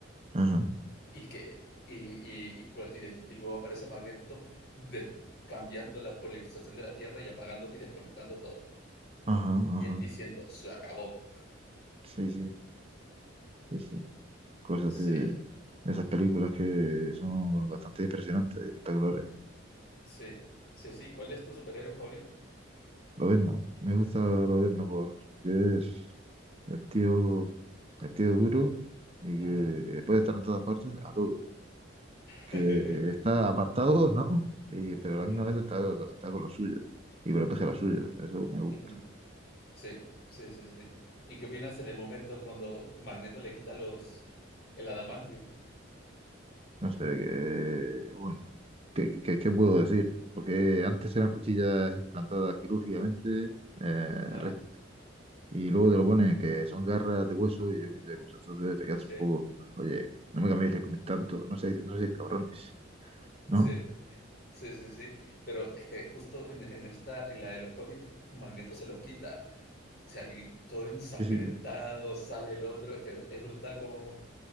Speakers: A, on the right (about 30°); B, on the left (about 50°).
A: Ajá.
B: <laughs> y que y, y, y, y y luego aparece Magneto de, cambiando la polarización de la Tierra y apagando y desconectando todo.
A: Ajá,
B: Y
A: ajá.
B: él diciendo, se acabó.
A: Sí, sí, sí, sí. Cosas
B: Sí,
A: de esas películas que son bastante impresionantes y espectaculares.
B: sí, sí, sí. ¿Cuál es tu superhéroe favorito?
A: Lobezno. Me gusta Lobezno porque es el tío, el tío duro y que
B: Ajá.
A: puede estar en todas partes a todo.
B: <laughs>
A: que está apartado, ¿no? Y, pero
B: Ujú,
A: a la misma vez está, está con los suyos y protege a los suyos. Eso me gusta.
B: ujú. Sí, sí, sí, sí. ¿Y qué opinas en el momento cuando Magneto le quita los el adamantium?
A: No sé, que, bueno, ¿qué, qué, qué- qué puedo decir? Porque antes eran cuchillas implantadas quirúrgicamente eh,
B: Ajá.
A: re- y luego te lo ponen que son garras de hueso y yo qué sé, pues entonces te quedas
B: Sí,
A: un poco, oye, no me cambiéis de comer tanto, no seáis, no seáis cabrones,
B: sí,
A: ¿no?
B: sí, sí, sí. Pero es que justo en, en esta, en la de los cómics, Magneto se los quita. O sea, y todo ensangrentado,
A: Sí, sí,
B: sale el otro. Es que es brutal como...